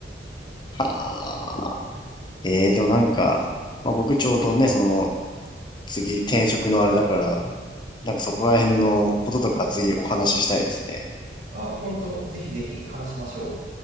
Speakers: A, on the left (about 25°); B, on the right (about 50°).
A: はあ。ええー、でもなんか、まあ、僕ちょうどね、その、次転職のあれだから、なんかそこら辺のこととか次お話ししたいですね。
B: あ、本当ぜひぜひ話しましょう。